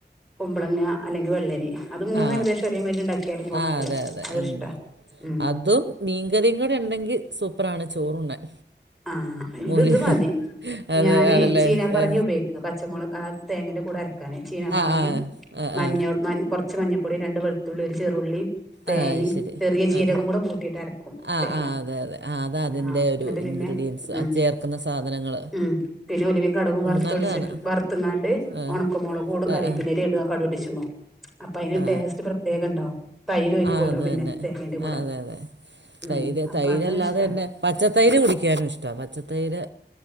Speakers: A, in the centre; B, on the right.
A: കുമ്പളങ്ങ അല്ലെങ്കിൽ വെള്ളരി അത് മൂന്ന
B: ആ
A: ഏകദേശം ഒരേ മേതി ഉണ്ടാക്കിയാലും കുഴപ്പല്ല
B: ആ അതെ അതെ
A: അത്ഷ്ട
B: ഉം.
A: ഉം
B: അതും മീൻകറിയും കൂടെ ഉണ്ടെങ്കിൽ സൂപ്പറാണ് ചോറുണ്ണാൻ
A: ആഹ ഇ
B: മോര്
A: ഇത് മതി
B: അതെ
A: ഞാന്
B: ആണല്ലേ
A: ചീന പറങ്കി
B: ഏ.
A: ഉപയോഗിക്ക പച്ചമുളക് ആ തേങ്ങേന്റെ കൂടെ ഇരക്കാനേ ചീനപ്പറങ്കി
B: ആ ആ ആ
A: മഞ്ഞൾ
B: ആ
A: മ കുറച്ച് മഞ്ഞൾപ്പൊടി രണ്ട് വെളുത്തുള്ളി ഒരു ചെറുള്ളി തേങ്ങയും
B: ആഹ് ശരി
A: ചെറിയ ജീരകം
B: ആഹ്
A: കൂടെ കൂട്ടിയിട്ട് അരക്കും
B: ആഹ്
A: തേങ്ങ
B: ആഹ് അതെ അതെ ആ അത അതിന്റെ
A: ആ
B: ഒരു
A: എന്നിട്ട് പിന്നെ
B: ഇൻഗ്രീഡിയൻസ്
A: ഉം
B: ചേർക്കുന്ന സാധനങ്ങൾ
A: ഉം പിന്നെ ഒലിവികടകും വറുത്തടിച്ചിട്ട്
B: നല്ലതാണ്
A: വർത്‌ങ്ങാണ്ട്
B: ആ
A: ഉണക്കുമോളക് കൂടും കറിപ്പന്നേ
B: ആ ആ
A: ഇടുന്ന കടുപടിച്ചുമ്പോ അപ്പൊ അതിന്
B: ആ
A: ടേസ്റ്റ് പ്രത്യേകംണ്ടാവും തൈര് ഒയ്ക്കുവല്ലോ
B: ആ, അത്
A: പിന്നെ
B: തന്നെ
A: തേങ്ങന്റെ കൂടെ
B: ആ അതെ അതെ
A: ഉം
B: തൈര്
A: അപ്പൊ
B: തൈരല്ലാതെ
A: അത് ഇഷ്ട
B: തന്നെ പച്ചത്തൈര് കുടിക്കാനും ഇഷ്ട പച്ചത്തൈര്